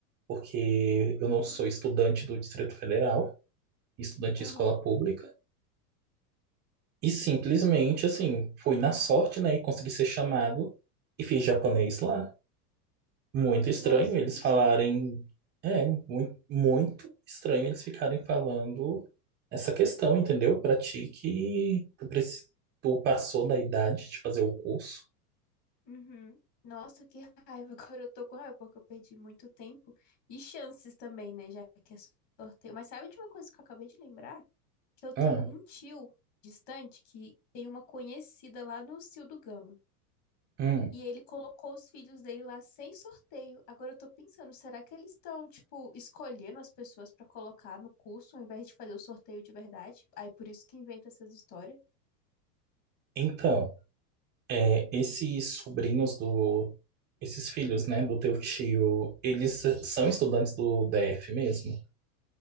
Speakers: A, on the right (about 20°); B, on the left (about 35°).
A: porque eu não sou estudante do Distrito Federal, estudante de
B: aham.
A: escola pública. E simplesmente, assim, fui na sorte, né? E consegui ser chamado e fiz japonês lá. Muito
B: Hum,
A: estranho
B: Nossa,
A: eles
B: que
A: falarem.
B: sorte.
A: É, muito, muito estranho eles ficarem falando essa questão, entendeu? Pra ti que tu, preci- tu passou da idade de fazer o curso.
B: Uhum. Nossa, que raiva. <laughs> Agora eu tô com raiva porque eu perdi muito tempo e chances também, né? Já que é sorteio. Mas sabe de uma coisa que eu acabei de lembrar? Que eu tenho
A: Ah,
B: um tio distante que tem uma conhecida lá no Cio do Gama.
A: hum.
B: E ele colocou os filhos dele lá sem sorteio. Agora eu tô pensando, será que eles estão, tipo, escolhendo as pessoas pra colocar no curso ao invés de fazer o sorteio de verdade? Aí por isso que inventa essas histórias.
A: Então, é, esses sobrinhos do. Esses filhos, né, do teu tio, eles são estudantes do DF mesmo?